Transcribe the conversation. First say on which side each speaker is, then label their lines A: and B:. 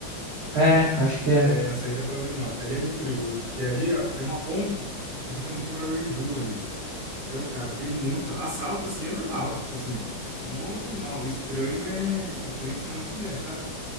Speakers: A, on the right; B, on the right.
A: É, acho que é.
B: é, na saída para a Uninove. Ali é muito perigoso, porque ali ó, tem uma ponte que fica muito morador de rua ali. Então, cara, tem muito. Assalto, assim, é normal. Tipo assim, normal. Estranho é. Estranho se não tiver, sabe?